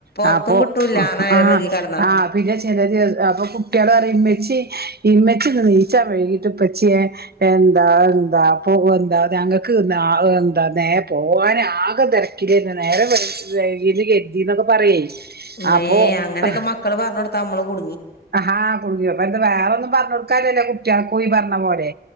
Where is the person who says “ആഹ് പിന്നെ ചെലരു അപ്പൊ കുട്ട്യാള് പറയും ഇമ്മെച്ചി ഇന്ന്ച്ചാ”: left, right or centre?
Right